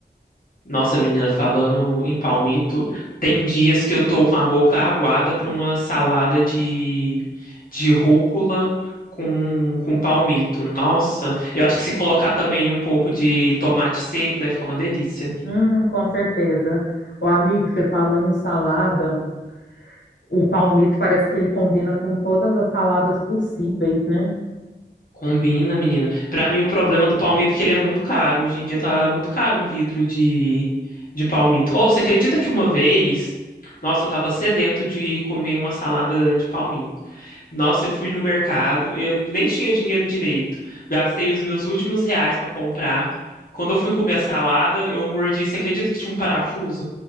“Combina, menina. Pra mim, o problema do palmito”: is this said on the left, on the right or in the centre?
Left